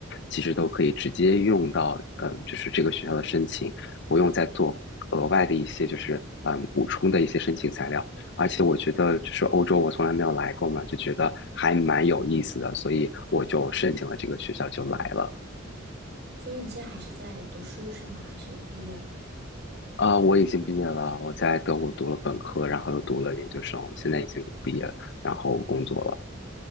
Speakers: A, on the left (about 60°); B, on the right (about 55°).
A: 其实都可以直接用到，嗯、就是这个学校的申请，不用再做额外的一些就是嗯补充的一些申请材料。而且我觉得就是欧洲我从来没有来过嘛，就觉得还蛮有意思的，所以我就申请了这个学校就来了。
B: 所以你现在还是在读书是吗？还是毕业了？
A: 啊、我已经毕业了，我在德国读了本科，然后又读了研究生，现在已经毕业了，然后工作了。